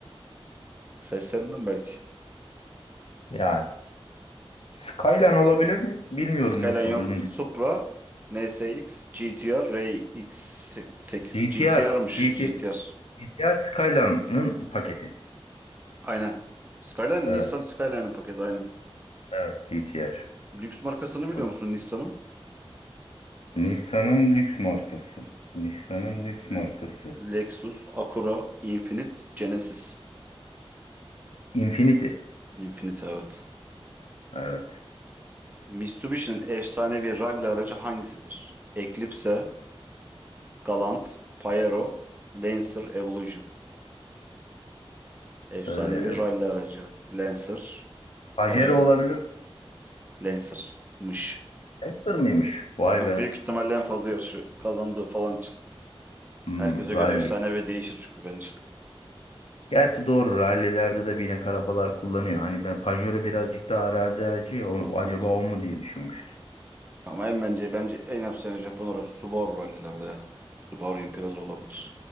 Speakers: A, on the right (about 20°); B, on the left (about 70°).
A: Seslerinden belki.
B: Yani. Skyline olabilir mi? Bilmiyorum
A: Skyline
B: bu sorunun.
A: yok. Supra, NSX, GT-R, RX-8.
B: GTR.
A: GT-R'mış
B: GTR.
A: GT-R.
B: GTR Skyline'ın paketi.
A: Aynen. Skyline,
B: Evet.
A: Nissan Skyline'ın paketi aynen.
B: Evet. GTR.
A: Lüks markasını biliyor
B: Bu
A: musun Nissan'ın?
B: Nissan'ın lüks markası. Nissan'ın lüks
A: L-
B: markası.
A: Lexus, Acura, Infiniti, Genesis.
B: Infinity.
A: Infiniti evet.
B: Evet.
A: Mitsubishi'nin efsanevi rally aracı hangisidir? Eclipse, Galant, Pajero, Lancer Evolution. Efsanevi
B: Ee,
A: rally aracı. Lancer,
B: Pajero
A: Pajero,
B: olabilir mi?
A: Lancer'mış.
B: Lancer mıymış? Vay
A: Aha,
B: be.
A: büyük ihtimalle en fazla yarışı kazandığı falan için.
B: Hmm,
A: Herkese
B: rally.
A: göre efsane ve değişir çünkü bence.
B: Gerçi doğru rallilerde de binek arabalar kullanıyor. Hani ben Pajero birazcık daha arazi aracı ya. o- acaba
A: Hı hı.
B: o mu diye düşünmüştüm.
A: Ama en bence bence en efsane Japon aracı Subaru rallilerde ya. Subaru Impreza olabilir.